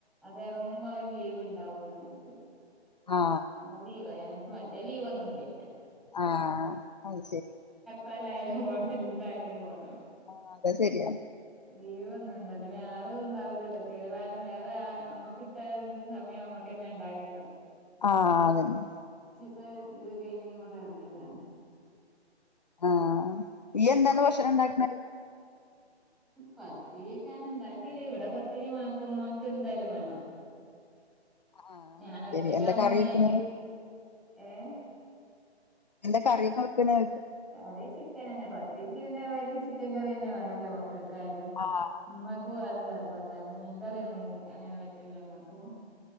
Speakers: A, in the centre; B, on the left.
A: അത് എറങ്ങുമ്പോ ഒരു ലീവ്ണ്ടാവും നമുക്ക്
B: ആ
A: ആ ലീവ ഞങ്ങക്ക് മറ്റേ ലീവൊന്നുല്ല
B: ആഹ് അയ് ശെരി
A: താലായാലും പോണം എന്തായാലും പോണം.
B: ആഹ് അത് ശരിയാ
A: ലീവൊന്നുണ്ടവുല്ല പിന്നാള്ത് ണ്ടാവൂല്ലല്ലോ കേറാന് വേ റെ അമ്മക്കിട്ടാത് സമയം അമ്മക്കെന്നെണ്ടാവല്ലോ
B: ആഹ് അതെന്നെ
A: ഇപ്പെ ത് കഴിഞ്ഞ് ഇങ്ങോട്ടെറങ്ങ്യതാണ്.
B: ആഹ് ഇയ്യെന്താണ് ഭക്ഷണണ്ടാക്ക്ണേ?
A: പത്തിര്യെക്കെണ് ണ്ടാക്കല് ഇവടെ പത്തിരി മാക്ക് മോൻക്കെന്തായാലും വേണം.
B: ആഹ്
A: ഞാനൊറ്റക്കാവുമ്പോ
B: ശരി എന്താ കറി
A: വിയാക്ക്
B: വെക്കണ്
A: ഏഹ്
B: എന്താ കറ്യൊക്കെ വെക്കണ്?
A: കറി ചിക്കനെന്നെ പത്തിരിക്ക് പിന്നെ ഓൽക്ക് ചിക്കൻ കറ്യെന്നെ വേണല്ലോ മ ക്കക്കായാലും
B: ആഹ്
A: മ്മക്കും അത് നിർബന്ധാണ് മീൻകറ്യൊന്നും കൂട് അങ്ങനെ പറ്റൂലമ്മ ക്കും